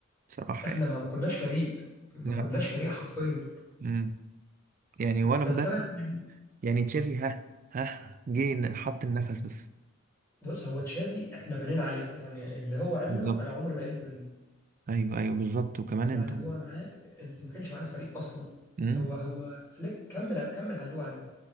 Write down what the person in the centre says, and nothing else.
احنا
ما ما كناش فريق ما
كناش فريق حرفيا
بس
انا يعني
بص هو تشافي احنا بنينا عليه يعني اللي هو عمله
انا عمري ما قلت منه
يعني
هو معاه ما كانش معانا فريق اصلا
هو هو فليك كمل كمل على اللي هو عمله